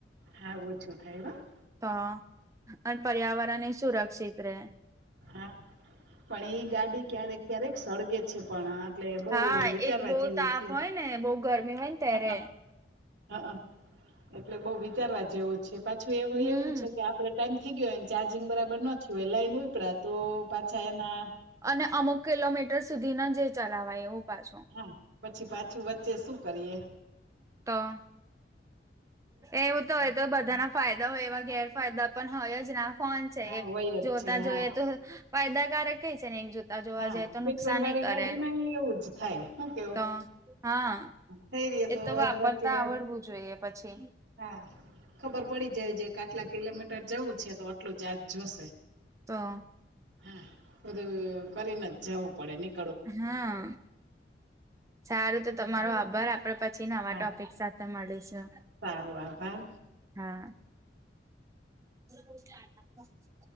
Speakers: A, on the right (about 80°); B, on the right (about 15°).
A: હા ઓુંછું થાય હ
B: તો અને પર્યાવરણ એ સુરક્ષિત રહેે
A: હા પણ ઈ ગાડી ક્યારેક ક્યારેક સળગે છે પણ આ એટલે બઉુ
B: હા
A: વિચારવાથીું
B: એ બહુ તાપ
A: છે.
B: હોય ને બહુ ગરમી હોય. ત્યારે
A: હ હ એટલે બહ વિચારવા જેવું છે પા પાછું એવ
B: હમ
A: એવું છે કે આપડે ટાઈમ થઈ ગયો હોયને ચાર્જિંગ બરાબર નથી હોય લાઈન કડા તો પાછા એના
B: અને અમુક કિલોમીટર સુધી ના જે ચલાવાય એવું પાછું
A: હા પછી પાછું વચ્ચે શું કરીએ
B: તો એવું તો હોય તો બધાના ફાયદા હોય એવા ગેરફાયદા પણ હોય જના ફોન
A: હા
B: એક
A: હોય
B: જોતા
A: જ છે હા
B: જોઈએ તો ફાયદાકારક કઈ છે ને જો જોવા
A: હા
B: જઈ તો
A: પેટ્રોલ
B: નુકસાન
A: વાળી
B: કરે
A: ગાડી માં એવું જ થાય શું કેવું
B: તો હા
A: થઈ
B: એ તો વાપરતા
A: અધ વચ્ચે
B: આવડવું જોઈએ પછી
A: હા ખબર પડી જાય જે કે આટલા કિલોમીટર જવું છે તો આટલું ચાર્જ જોશે.
B: તો
A: હા બધું કરીને જ જવું પડે ની
B: હા સારું તો તમારો આભાર આપડે પ છી નવા
A: હા
B: ટોપિક સાથે મળીશું
A: સારું આભાર
B: હા. <inaudible>